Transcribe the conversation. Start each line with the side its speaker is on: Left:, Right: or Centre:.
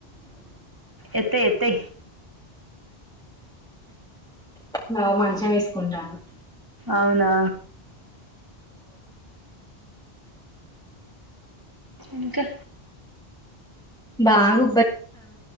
Right: ఎతే తె
Centre: బావ మంచం వేసుకుంటాండు
Right: అవునా ఇంకా
Centre: బాగు